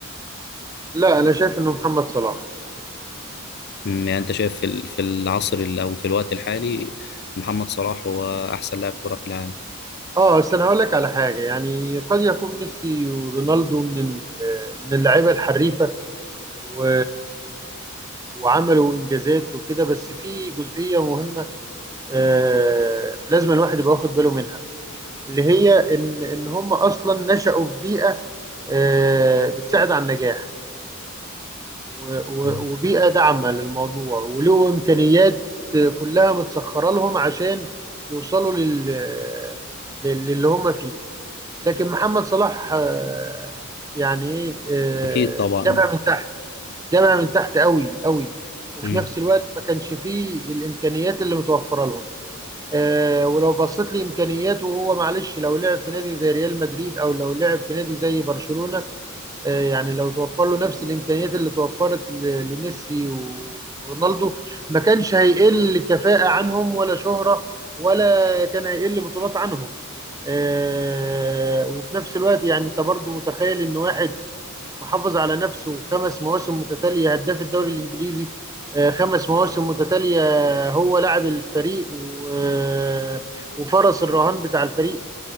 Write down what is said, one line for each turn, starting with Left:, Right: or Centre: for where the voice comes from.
Right: لا أنا شايف إنه محمد صلاح
Left: مم، يعني انت شايف في ال- في العصر ال- او في الوقت الحالي محمد صلاح هو احسن لاعب كرة في العالم
Right: اه بس انا هقول لك على حاجه يعني قد يكون ميسي ورونالدو من ال- من اللعيبه الحريفه و... وعملوا انجازات وكده بس في جزئيه مهمه آه لازم الواحد يبقى واخد باله منها اللي هي ان ان هم اصلا نشأوا في بيئه آه بتساعد على النجاح و... و...
Left: مم.
Right: وبيئه داعمه للموضوع وله امكانيات كلها متسخره لهم عشان يوصلوا لل... لل- للي هم فيه لكن محمد صلاح آه، يعني ايه آه،
Left: اكيد طبعا
Right: جابها من تحت جامع من تحت قوي قوي وفي
Left: مم.
Right: نفس الوقت ما كانش فيه الامكانيات اللي متوفره لهم آه ولو بصيت لامكانياته وهو معلش لو لعب في نادي زي ريال مدريد او لو لعب في نادي زي برشلونه آه يعني لو توفر له نفس الامكانيات اللي توفرت ل- لميسي ورونالدو ما كانش هيقل كفاءه عنهم ولا شهره ولا كان هيقل بطولات عنهم آه، وفي نفس الوقت يعني انت برضو متخيل ان واحد محافظ على نفسه خمس مواسم متتاليه هداف الدوري الانجليزي آه، خمس مواسم متتاليه هو لاعب الفريق و- آه، وفرس الرهان بتاع الفريق